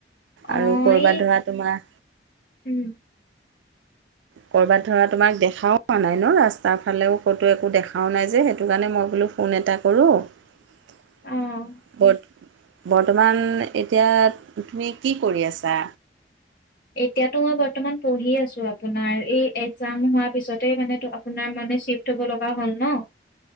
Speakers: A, on the left; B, on the right.
A: অ',
B: আৰু ক'ৰবাত
A: এই
B: ধৰা তোমাৰ
A: উম
B: কৰ'বাত ধৰা তোমাক দেখাও পোৱা নাই ন', ৰাস্তাৰ ফালেও ক'তো একো দেখাও নাই যে, সেইটোকাৰণে মই বোলো ফোন এটা কৰোঁ ক'ত
A: অ'।
B: বৰ্তমান এতিয়া তুমি কি কৰি আছা?
A: এতিয়াতো মই বৰ্তমান পঢ়ি আছোঁ আপোনাৰ, এই একজাম হোৱাৰ পিছতে মানে আপোনাৰ ম চিফ্ট হ'ব লগা হ'ল ন'-া